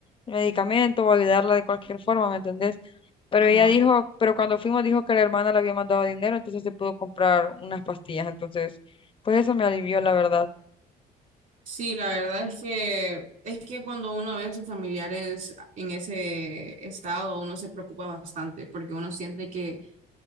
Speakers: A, on the left (about 30°); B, on the right (about 55°).
A: medicamento o ayudarla de cualquier forma, ¿me entendés? Pero
B: ajá.
A: ella dijo, pero cuando fuimos dijo que la hermana le había mandado dinero, entonces se pudo comprar unas pastillas, entonces, pues eso me alivió, la verdad.
B: Sí, la verdad es que es que cuando uno ve a sus familiares en ese estado, uno se preocupa bastante porque uno siente que,